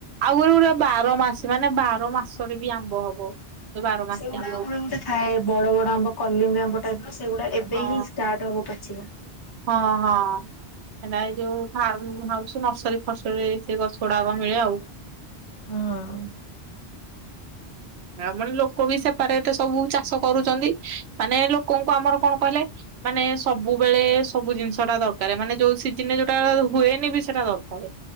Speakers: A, on the right; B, on the left.
A: ଆଉ ଗୋଟେ ଗୋଟେ ବାର ମାସି ମାନେ ବାର ମାସରେ ବି ଆମ୍ୱ ହବ। ଯୋଉ ବାର ମାସି
B: ସେଗୁଡା
A: ଆମ୍ବ ଗୁରା
B: ଗୋଟେ ଗୋଟେ ଥାଏ ବଡ ବଡ ଆମ୍ବ କଲିମି ଆମ୍ବ ଟାଇପ୍ ର ସେଗୁଡା ଏବେ
A: ହଁ
B: ହିଁ ଷ୍ଟାଟ୍ ଟ ହବ ପାଚିବା।
A: ହଁ ହଁ। ହେରା ଏଯୋଉ ଫାର୍ମ ହାଉସ୍ ନର୍ସରୀ ଫର୍ଶରିରେ ସେ ଗଛ ଗୁଡାକ ମିଳେ ଆଉ।
B: ହଁ।
A: ଆ ମାନେ ଲୋକ ବି ସେପାରେଟ ସବୁ ଚାଷ କରୁଛନ୍ତି, ମାନେ ଲୋକଙ୍କୁ ଆମର କଣ କହିଲେ ମାନେ ସବୁବେଳେ ସବୁ ଜିନିଷଟା ଦରକାରେ ମାନେ ଯୋଉ ସିଜିନରେ ଯୋଉଟା ହୁଏନି ବି ସେଟା ଦରକାରେ।